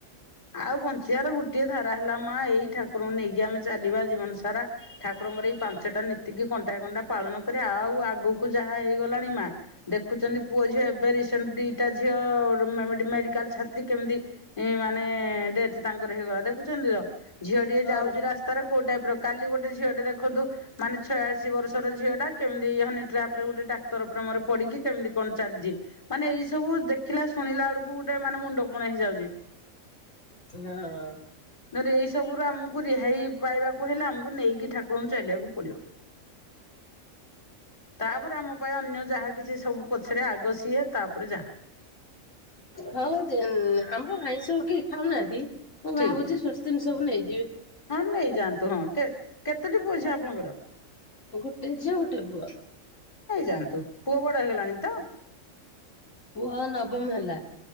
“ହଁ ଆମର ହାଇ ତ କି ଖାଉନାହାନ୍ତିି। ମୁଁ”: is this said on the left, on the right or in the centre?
Left